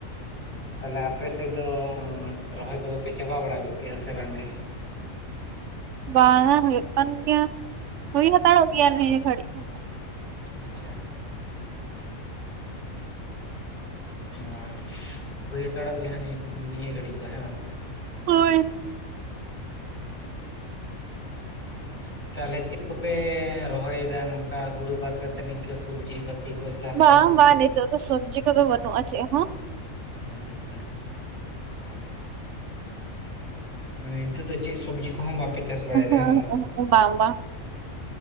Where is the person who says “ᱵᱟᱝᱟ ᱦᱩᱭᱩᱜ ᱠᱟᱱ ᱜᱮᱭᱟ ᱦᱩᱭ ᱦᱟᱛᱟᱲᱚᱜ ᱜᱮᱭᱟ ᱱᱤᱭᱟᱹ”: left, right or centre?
Right